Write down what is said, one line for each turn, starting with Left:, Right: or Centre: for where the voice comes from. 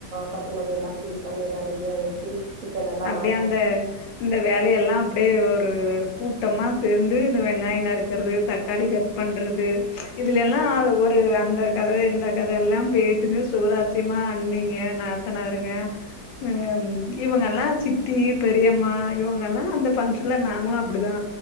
Right: கொத்தமல்லி எல்லா கிளீன் பண்ணி எல்லா ரெடியா வச்சு சிக்கன் எல்லாம்
Left: அப்டியே
Right: மேரினேட்
Left: அந்த இந்த வேலையெல்லா அப்டியே ஒரு கூட்டமா சேந்து இந்த வெங்காய நறுக்கறது தக் காளி கட் பண்றது இதுல எல்லா ஒ ரு அந்தக் கத இந்தக் கத எல்லா பேசனனு சுவராசியமா அண்ணிங்க நாத்தனாருங்க அ ம் இவுங்க எல்லா சித்தி பெரியம்மா இவுங்க எல்லா அந்த பங்க்ஷன்ல நாங்களு அப்டிதா